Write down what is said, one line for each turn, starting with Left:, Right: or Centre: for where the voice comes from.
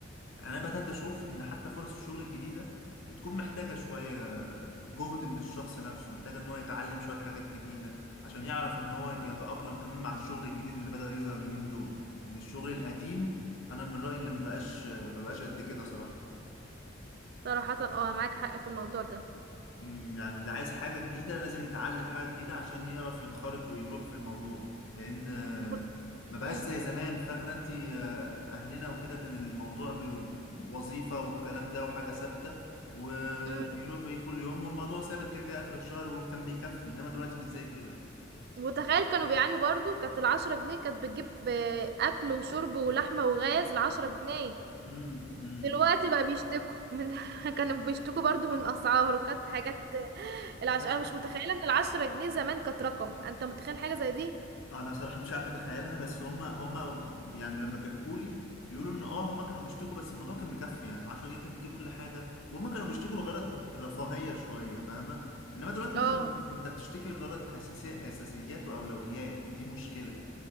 Left: أنا بدأت أشوف إن حتى فرص الشغل الجديدة بتكون محتاجة شوية جهد من الشخص نفسه محتاجة إن هو يتعلم شوية حاجات جديدة عشان يعرف إن هو يتأقلم كمان مع الشغل الجديد اللي بدأ يظهر اليومين دول لأن الشغل القديم أنا من رأيي اللي مبقاش مبقاش قد كده صراحة
Right: صراحه اه معاك حق في الموضوع ده
Left: مم، يعني اللي عايز حاجة جديدة لازم يتعلم حاجة جديدة عشان يعرف ينخرط ويروح في الموضوع لأن آه،
Right: <laughs>
Left: ما بقاش
Right: امم
Left: زي زمان فاكرة انت آه، أهلنا وكده كان الموضوع بوظيفة والكلام ده وحاجة ثابتة و-
Right: امم
Left: ويروح ويجي كل يوم والموضوع ثابت كده كده آخر الشهر وكان بيكفي إنما دلوقتي مش زي كده
Right: وتخيل كانوا بيعانوا برضو كانت العشرة جنيه كانت بتجيب آه، أكل وشرب ولحمة وغاز العشرة جنيه
Left: امم امم
Right: دلوقتي بقى بيشتكوا من <laughs> كانوا بيشتكوا برضو من اسعار وكانت حاجات العش...
Left: بس
Right: انا مش متخيله ان العشرة جنيه زمان كانت رقم انت متخيل حاجه زي دي
Left: انا صراحه مش عارف اتخيلها بس هم هم يعني لما بيحكوا لي بيقولوا ان اه هم كانوا بيشتكوا بس الموضوع كان مكفي يعني ال 10 جنيه كانت بتجيب كل حاجه وهم كانوا بيشتكوا لغرض رفاهيه شويه فاهمه انما دلوقتي انت
Right: اه
Left: انت بتشتكي لغرض اساسيه اساسيات واولويات دي مشكله